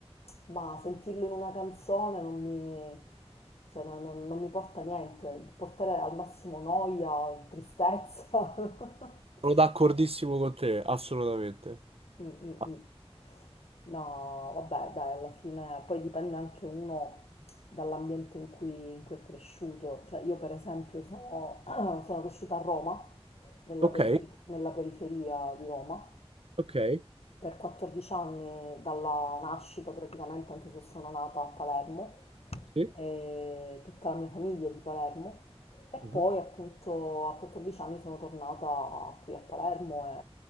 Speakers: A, on the left; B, on the right.
A: ma sentirlo in una canzone non mi, cioè, non, non- non mi porta niente, può portare al massimo noia, tristezza. <laughs>
B: Sono d'accordissimo con te, assolutamente.
A: Mm, mm,
B: Ah,
A: mm. No, vabbè, dai, alla fine poi dipende anche uno dall'ambiente in cui, in cui è cresciuto. Cioè, io per esempio sono, <clears throat> sono cresciuta a Roma, nella
B: Ok,
A: perife- nella periferia di Roma.
B: ok.
A: per 14 anni dalla nascita praticamente, anche se sono nata a Palermo,
B: Sì.
A: e tutta la mia famiglia è di Palermo e poi
B: Mhm.
A: appunto a 14 anni sono tornata qui a Palermo e